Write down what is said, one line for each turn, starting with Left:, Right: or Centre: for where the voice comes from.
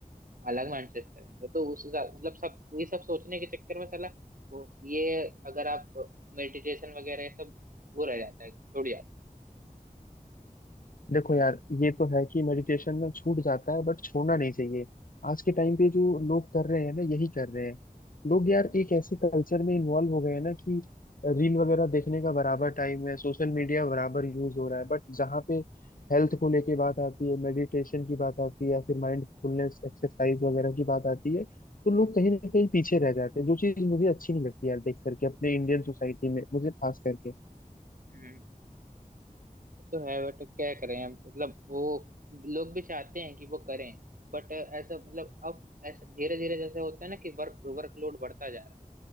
Right: अलग माइंडसेट करेंगे तो उस हिसाब- मतलब सब ये सब सोचने के चक्कर में साला वो ये अगर आप मेडिटेशन वगैरह ये सब वो रह जाता है छूट जाता
Left: देखो यार ये तो है कि मेडिटेशन में छूट जाता है बट छोड़ना नहीं चाहिए आज के
Right: है
Left: टाइम
Right: हम्म
Left: पे जो लोग कर रहे हैं ना यही कर रहे हैं लोग
Right: हम्म
Left: यार एक ऐसे कल्चर में इन्वॉल्व हो गए हैं ना कि रील वगैरह देखने का बराबर टाइम है सोशल मीडिया बराबर यूज हो रहा है बट जहाँ पे हेल्थ को लेके बात आती है मेडिटेशन की बात आती है या फिर माइंडफुलनेस एक्सरसाइज वगैरह की बात आती है तो लोग
Right: हम्म
Left: कहीं ना कहीं पीछे रह जाते हैं जो चीज़ मुझे अच्छी नहीं लगती यार देख करके अपने इंडियन सोसाइटी में मुझे खास करके
Right: हम्म। ये तो है बट क्या करें अब मतलब वो लोग भी चाहते हैं कि वो करें बट ऐसा मतलब अब ऐसा धीरे धीरे जैसे होता है ना कि वर्क वर्कलोड बढ़ता जा रहा है